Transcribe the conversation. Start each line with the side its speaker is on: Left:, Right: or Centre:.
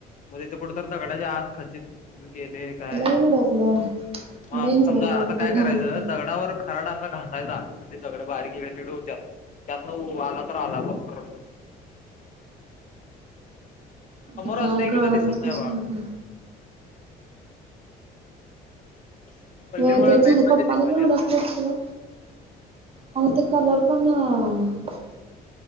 Left: मग तीथ कुठ तर दगडायच्या आत खचित गेले काय,
Right: लई हुडपलो
Left: मग असं
Right: लई हुडपलो
Left: समजा आता
Right: कुठं
Left: काय करायचं
Right: घालून
Left: दगडावर खराडा घासायचा म्हणजे दगड बाारीक इकडे तिकडे होत्यात त्यातन वर आला तर आला बग करून तस <inaudible>
Right: आता
Left: असतंय
Right: काय
Left: की
Right: कळानाच
Left: तर दिसत नाही
Right: कस
Left: बाळा
Right: ते?
Left: आणि वल्लीमुळे
Right: होय ते
Left: मेन
Right: झुडूप
Left: म्हणजे
Right: पप्पांनी
Left: दिसून
Right: बी हुडकलय
Left: येत नाही
Right: सगळं अहो ते कलर पण निळा